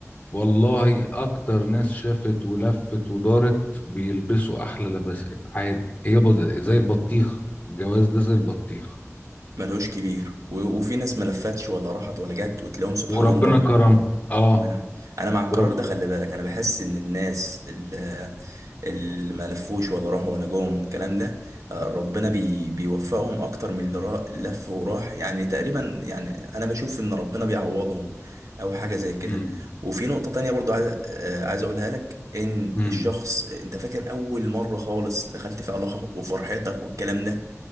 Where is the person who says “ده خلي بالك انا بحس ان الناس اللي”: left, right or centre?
Right